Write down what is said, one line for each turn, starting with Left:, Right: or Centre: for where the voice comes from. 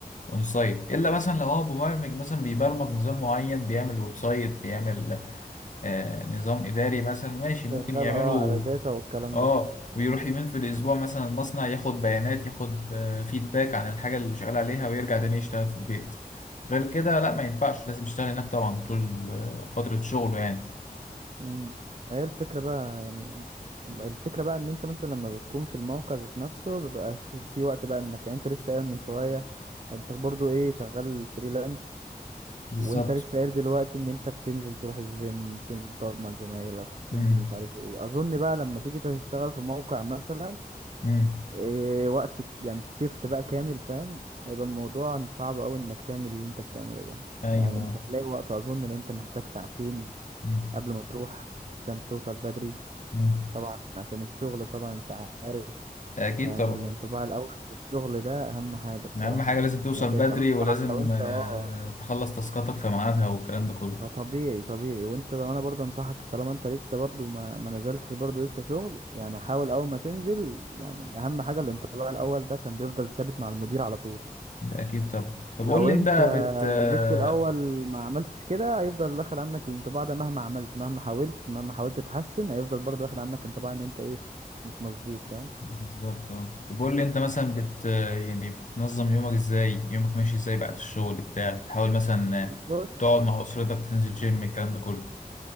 Left: اون سايت الا مثلا لو هو مبرمج مثلا بيبرمج نظام معين بيعمل ويب سايت بيعمل آه، نظام اداري مثلا ماشي
Right: <laughs>
Left: ممكن
Right: شغال
Left: يعمله
Right: اه على داتا والكلام
Left: اه
Right: ده
Left: ويروح يومين في الاسبوع مثلا المصنع ياخد بيانات ياخد فيدباك عن الحاجه اللي شغال عليها ويرجع تاني يشتغل في البيت غير كده لا ما ينفعش لازم يشتغل هناك طبعا طول آه، فتره شغله يعني
Right: مم. هي الفكرة بقى يعني الفكرة بقى ان انت مثلا لما بتكون في الموقع ذات نفسه مبيبقاش في وقت بقى انك يعني انت لسه قايل من شوية انت برضو ايه شغال فريلانس
Left: بالظبط
Right: وانت لسه قايل دلوقتي ان انت بتنزل تروح الجيم وبتنزل تقعد مع زمايلك وبتنزل
Left: امم
Right: مش عارف ايه اظن بقى لما تيجي تشتغل في موقع مثلا
Left: امم
Right: إيه وقت ك- يعني شيفت بقى كامل فاهم هيبقى الموضوع صعب قوي انك تعمل اللي انت بتعمله ده
Left: ايوه
Right: يعني مش هتلاقي وقت اظن ان انت محتاج ساعتين
Left: امم
Right: قبل ما تروح عشان توصل بدري
Left: امم
Right: طبعا عشان الشغل طبعا انت عارف
Left: اكيد
Right: يعني
Left: طبعا
Right: الانطباع الاول في الشغل ده اهم حاجه الصراحه
Left: اهم حاجه
Right: يعني
Left: لازم توصل
Right: انا شايف
Left: بدري
Right: انا انصحك
Left: ولازم
Right: لو انت
Left: آه،
Right: اه
Left: تخلص تاسكاتك في ميعادها والكلام ده كله
Right: ده طبيعي طبيعي وانت لو انا برضه انصحك طالما انت لسه برضه ما, ما نزلتش برضه لسه شغل يعني حاول اول ما تنزل يعني اهم حاجه الانطباع الاول ده عشان بيفضل ثابت مع المدير على طول
Left: ده اكيد طبعا طب
Right: لو
Left: قول لي
Right: انت
Left: انت بت آه،
Right: جيت في الاول ما عملتش كده هيفضل واخد عنك الانطباع ده مهما عملت مهما حاولت مهما حاولت تتحسن هيفضل برضه واخد عنك انطباع ان انت ايه مش مظبوط فاهم
Left: بالظبط اه طب قول لي انت مثلا بت يعني بتنظم يومك ازاي يومك ماشي ازاي بعد الشغل بتاع بتحاول مثلا
Right: بص
Left: تقعد مع اسرتك تنزل جيم الكلام ده كله